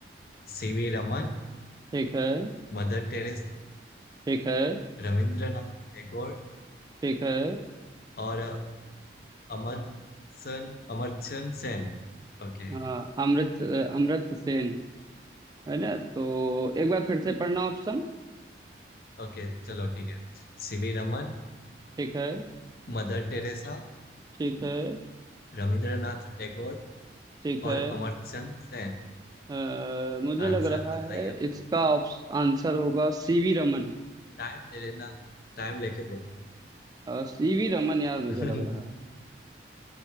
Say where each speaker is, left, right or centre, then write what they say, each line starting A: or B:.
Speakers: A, on the left; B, on the right.
A: C V Raman
B: ठीक है
A: Mother Teresa
B: ठीक है
A: Rabindranath Tagore
B: ठीक है
A: और अमर्त्य अमर्त्य सेन ओके
B: हाँ अमृत अमृत सेन है ना तो एक बार फिर से पढ़ना ऑप्शन
A: ओके चलो ठीक है C V Raman
B: ठीक है
A: Mother Teresa
B: ठीक है
A: Rabindranath Tagore
B: ठीक है
A: और अमर्त्य सेन
B: अ, मुझे
A: आंसर
B: लग रहा
A: बताइए
B: है इसका ऑप्श- आंसर होगा सीवी रमन
A: टाइम ले लेना टाइम लेके बोलना
B: सीवी रमन यार मुझे
A: <laughs>
B: लग रहा है